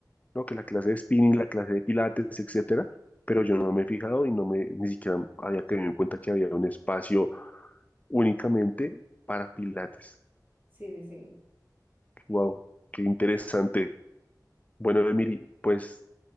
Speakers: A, on the left (about 20°); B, on the right (about 25°).
A: ¿no? Que la clase de spinning, la clase de Pilates, etcétera, pero yo no me he fijado y no me, ni siquiera había tenido en cuenta que había un espacio únicamente para Pilates.
B: Sí, sí, sí.
A: Wow, qué interesante. Bueno, Emily, pues,